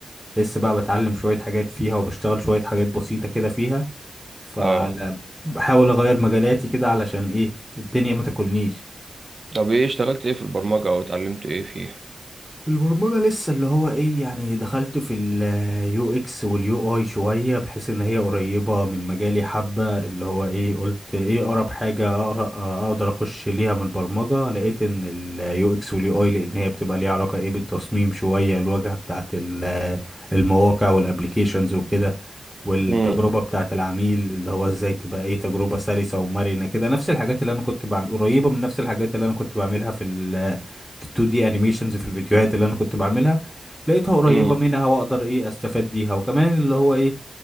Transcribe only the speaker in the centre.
لسه بقى بتعلم شوية حاجات فيها وبشتغل شوية حاجات بسيطة كده فيها فبحاول
اغير مجالاتي كده علشان ايه الدنيا ما تاكلنيش
في البرمجة لسه اللي هو ايه يعني دخلت في اليو اكس واليو اي شوية بحيث ان هي قريبة من مجالي حبة اللي هو ايه قلت ايه اقرب حاجة اقرا اقدر اخش ليها من البرمجة لقيت ان اليو اكس واليو اي لان هي بتبقى ليها علاقة ايه بالتصميم شوية الواجهة بتاعت ال- المواقع والابليكيشنز وكده والتجربة
بتاعة العميل اللي هو ازاي تبقى ايه تجربة سلسة ومرنة كده نفس الحاجات اللي انا كنت بعمل قريبة من نفس الحاجات اللي انا كنت بعملها في ال في ال 2D انيميشنز في الفيديوهات اللي انا كنت بعملها لقيتها قريبة
منها واقدر ايه استفاد بيها وكمان اللي هو ايه